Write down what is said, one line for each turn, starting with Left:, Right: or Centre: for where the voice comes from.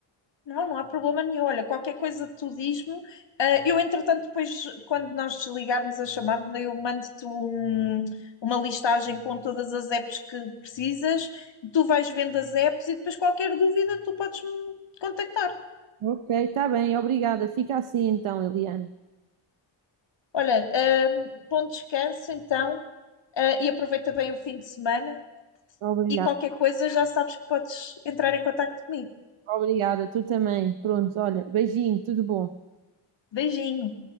Left: Não, não há problema nenhum. Olha, qualquer coisa tu diz-me. Ah, eu, entretanto, depois, quando nós desligarmos a chamada, eu mando-te um- uma listagem com todas as apps que precisas. Tu vais vendo as apps e depois qualquer dúvida tu podes me contactar.
Right: Ok, está bem, obrigada. Fica assim então, Eliana.
Left: Olha, ah, bom descanso então, ah, e aproveita bem o fim de semana.
Right: Obrigada.
Left: E qualquer coisa já sabes que podes entrar em contato comigo.
Right: Obrigada, tu também. Pronto, olha, beijinho, tudo bom.
Left: Beijinho.